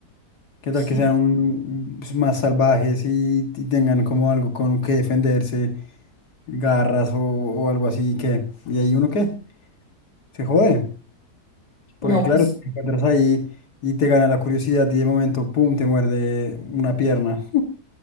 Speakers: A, on the left; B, on the left.
A: ¿Qué
B: sí.
A: tal que sean un- pues, más salvajes y, y tengan como algo con que defenderse, garras o, o algo así que... Y ahí uno qué, se jode,
B: No,
A: porque claro,
B: pues,
A: te encuentras ahí y te gana la curiosidad y de momento, pum, te muerde una pierna.